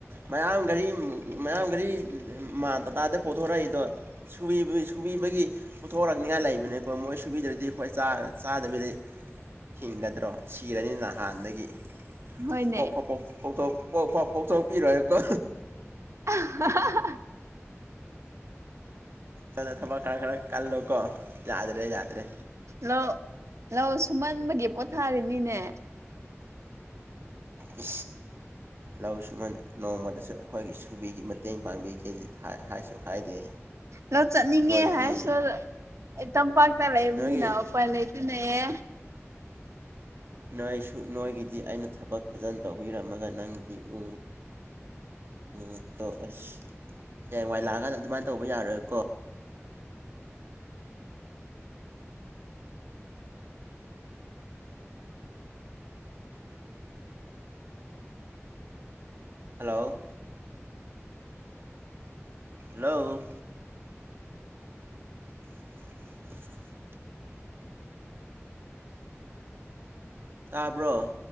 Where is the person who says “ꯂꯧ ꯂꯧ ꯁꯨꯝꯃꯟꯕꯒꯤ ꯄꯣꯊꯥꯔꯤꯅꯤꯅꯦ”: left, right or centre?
Right